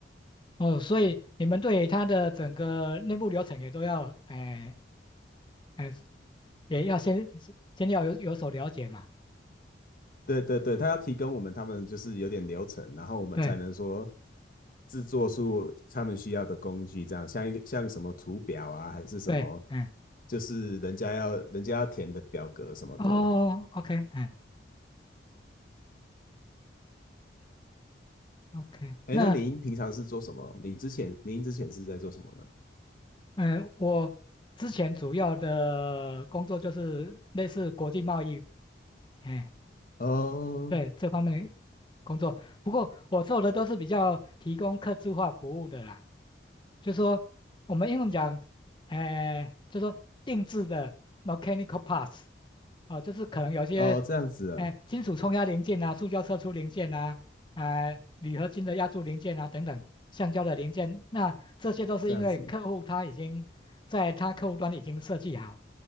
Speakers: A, on the left (about 25°); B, on the left (about 50°).
A: 哦，所以你们对他的整个内部流程也都要，哎哎，也要先先要有有所了解嘛，
B: 对对对，他要提供我们他们就是有点流程，然后我们才能说
A: 对
B: 制作出他们需要的工具，这样像一个像什么图表啊，还是什么，
A: 对，嗯，
B: 就是人家要人家要填的表格什么的。
A: 哦，OK，嗯。OK，
B: 哎，
A: 那
B: 那您平常是做什么？你之前您之前是在做什么呢？
A: 嗯，我之前主要的工作就是类似国际贸易，哎，
B: 哦
A: 对这方面的工作。不过我做的都是比较提供客制化服务的啦，就说我们英文讲，哎、就说定制的 mechanical parts，哦，就是可能有些，
B: 哦，这样子啊，
A: 哎、金属冲压零件啊，塑胶射出零件啊，哎、铝合金的压铸零件啊，等等，橡胶的零件，那这些都是因为客户他已经在他客户端已经设计好，
B: 这样子